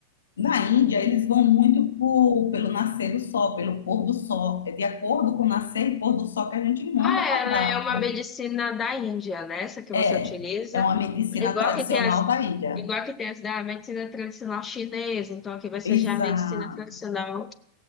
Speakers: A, on the left; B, on the left.
A: na Índia, eles vão muito por- pelo nascer do sol, pelo pôr do sol. É de acordo com o nascer e pôr do sol que a gente monta
B: Ah,
A: o cardápio.
B: ela é uma medicina da Índia, né? Essa que você
A: É,
B: utiliza.
A: é uma medicina
B: Igual
A: tradicional
B: que tem as,
A: da Índia.
B: igual que tem as da medicina tradicional chinesa, então aqui vai ser
A: Exato.
B: já a medicina tradicional